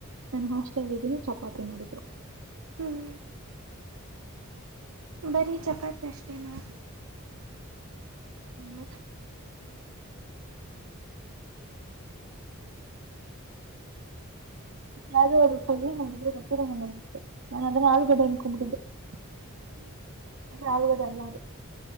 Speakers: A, on the right; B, on the right.
A: ನಾನನ್ ಹಾಸ್ಟೆಲ್ ಇದನಿ ಚಪಾತಿ ಮಾಡಿದ್ರು
B: ಹ್ಮ್ ಬರೀ ಚಪಾತಿ ಅಷ್ಟೇನಾ
A: ಹ ಯಲ್ಲೇ ಮಾಡಿದ್ರ ಗೊತ್ತಿರಾಂಗಿದೆ ನಾನು ಅದನ್ನ ಆಲೂಗಡೆ ಅನ್ಕೊಂಡ್ಬಿಟ್ಟಿದ್ದೆ
B: <inaudible>
A: ಅ ಆದಲ್ಲ <inaudible>